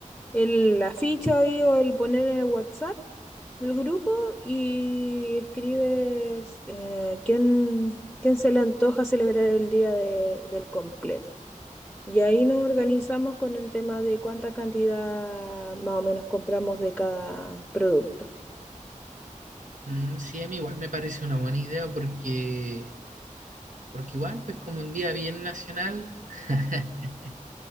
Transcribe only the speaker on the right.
Mm, sí, a mí igual me parece una buena idea porque, porque igual, pues como un día bien nacional, <laughs>